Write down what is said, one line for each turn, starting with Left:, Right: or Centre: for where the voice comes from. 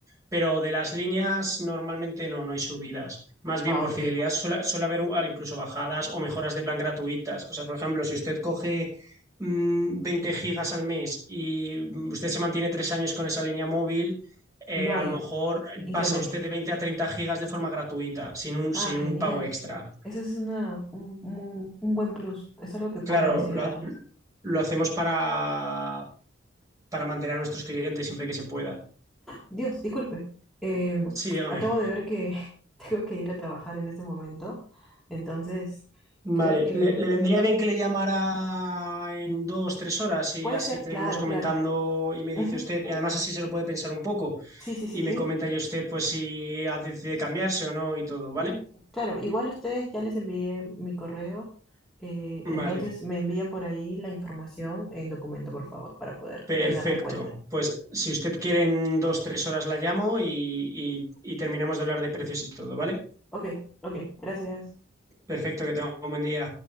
Right: pero de las líneas normalmente no, no hay subidas. Más bien
Centre: Ah,
Right: por
Centre: ok.
Right: fidelidad suele, suele haber ah, incluso bajadas o mejoras de plan gratuitas. O sea, por ejemplo, si usted coge mm, 20 gigas al mes y mm, usted se mantiene tres años con esa línea móvil, eh,
Centre: No
Right: a
Centre: hay
Right: lo mejor
Centre: incremento.
Right: pasa usted de 20 a 30 gigas de forma gratuita, sin un,
Centre: Ah,
Right: sin
Centre: genial.
Right: un pago extra.
Centre: Eso es una, un, un- un buen plus. Es algo que puedo
Right: Claro,
Centre: considerarlo.
Right: lo, lo hacemos para, para mantener a nuestros clientes siempre que se pueda.
Centre: Dios, disculpe. Eh,
Right: Sí, dígame.
Centre: acabo de ver que <laughs> tengo que ir a trabajar en este momento. Entonces,
Right: Vale,
Centre: creo que
Right: le, le vendría bien que le llamara en dos, tres horas y
Centre: puede
Right: así
Centre: ser.
Right: seguimos
Centre: Claro,
Right: comentando
Centre: claro.
Right: y me
Centre: Ujú.
Right: dice usted, y además así se lo puede pensar un poco
Centre: Sí, sí, sí,
Right: y
Centre: sí.
Right: me comenta ya usted pues si ha- decide cambiarse o no y todo, ¿vale?
Centre: Claro, igual ustedes ya les envié mi correo. eh,
Right: Vale,
Centre: entonces, me envían por ahí la información en documento, por favor, para poder
Right: perfecto.
Centre: tenerla en cuenta.
Right: Pues si usted quiere en dos, tres horas la llamo y, y y terminamos de hablar de precios y todo, ¿vale?
Centre: Ok, ok. Gracias.
Right: Perfecto, que tenga un buen día.